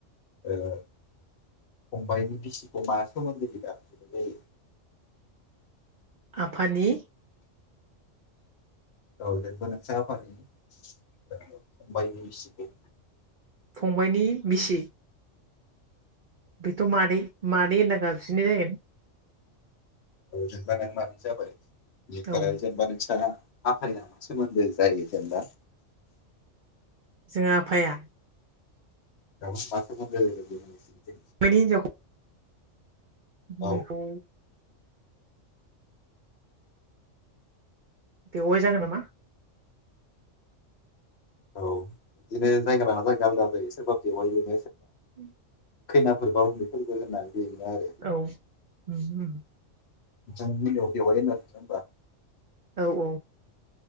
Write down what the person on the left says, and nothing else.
ओ फंबाइनि बिसिखौ मा सोमोन्दोजों गाबज्रिनाय जायो
औ जेनोबो नोंसा आफानि फंबाइनि बिसिखौ
औ जेनेबा नों मानै जाबाय बेनिफ्राय
जेनेबा नों सा आफाया सोमोन्दो जायो जेनेबा।
<unintelligible>
औ
औ बिदिनो जायगा लाना जायगा आलादा जायो सोरबा बेवायबो
खैनाफोरबाव उन्द बेफोरबो होननानै बेनो आरो
जों मिलयाव बेवाय होना मोनथिया होनोमबा